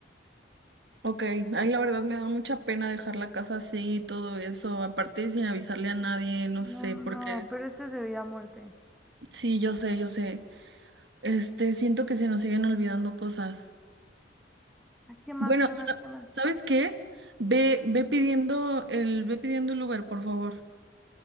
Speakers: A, on the right; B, in the centre.
A: Ok, ay, la verdad me da mucha pena dejar la casa así y todo eso, aparte sin avisarle a nadie, no
B: No,
A: sé,
B: no,
A: porque
B: no, pero esto es de vida a muerte.
A: sí, yo sé, yo sé. Este, siento que se nos siguen olvidando cosas.
B: Ah, ¿Qué más?
A: Bueno,
B: ¿Qué más?
A: sa-
B: ¿Qué más?
A: ¿sabes qué? Ve, ve pidiendo el, ve pidiendo el Uber, por favor.